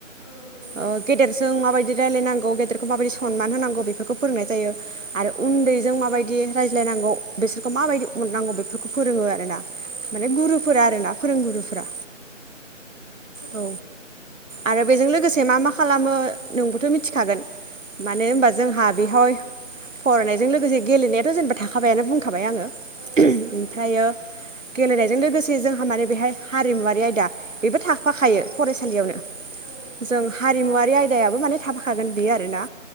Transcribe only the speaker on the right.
ओ गेदेर जों माबायदि रायलायनांगौ गेदेरखौ माबायदि सनमान होनांगौ बेफोरखौ फोरोंनाय जायो आरो उन्दैजों माबायदि रायज्लायनांगौ बेसोरखौ माबायदि अननांगौ बेफोरखौ फोरोङो।
माने गुरुफोरा आरोना फोरोंगुरुफोरा।
औ आरो बेजों लोगोसे मा मा खालामो नोंबोथ' मिथिखागोन। मानो होनबा
जोंहा बेहय फरायनायजों लोगोसे गेलेनायाथ' जेनेबा थाखाबायानो बुं खाबाय आङो,
ओमफ्रायो
गेलेनाय जों लोगोसे जोंहा माने बेहाय हारिमुवारि आयदा बेबो थाख फाखायो फरायसालियावनो। जों
हारिमुवारि बे आयदायाबो माने थाफाखागोन बेयो आरोना